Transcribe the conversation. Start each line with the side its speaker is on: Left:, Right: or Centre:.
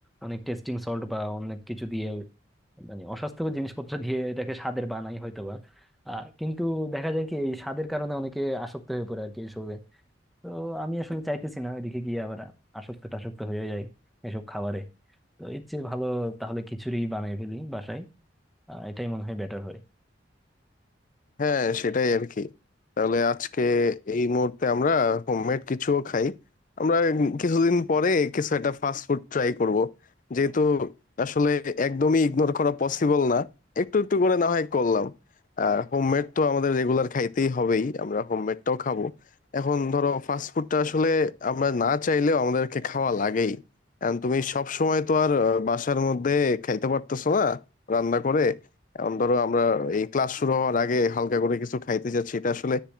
Centre: অনেক টেস্টিং সল্ট বা অনেক কিছু দিয়ে মানে অস্বাস্থ্যকর জিনিসপত্র দিয়ে এটাকে স্বাদের বানাই হয়তোবা আহ কিন্তু দেখা যায় কি এই স্বাদের কারণে অনেকে আসক্ত হয়ে পড়ে আর কি এসবে তো আমি আসলে চাইতেছি না এদিকে গিয়ে আবার আসক্ত টাসক্ত হয়ে যায় এসব খাবারে তো এর চেয়ে ভালো তাহলে খিচুড়ি বানিয়ে ফেলি বাসায় আহ, এটাই মনে হয় বেটার হয়
Left: হ্যাঁ সেটাই আর কি তাহলে আজকে এই মুহূর্তে আমরা হোমমেড কিছুও খাই আমরা কিছুদিন পরে কিছু একটা ফাস্ট ফুড ট্রাই করব যেহেতু আসলে একদমই ইগনোর করা পসিবল না একটু একটু করে না হয় করলাম আর হোমমেড তো আমাদের রেগুলার খাইতেই হবেই আমরা হোমমেডটাও খাবো এখন ধরো ফাস্ট ফুডটা আসলে আমরা না চাইলেও আমাদেরকে খাওয়া লাগেই কারণ তুমি সব সময় তো আর আহ, বাসার মধ্যে খাইতে পারতেছো না রান্না করে এখন ধরো আমরা এই ক্লাস শুরু হওয়ার আগে হালকা করে কিছু খাইতে যাচ্ছি এটা আসলে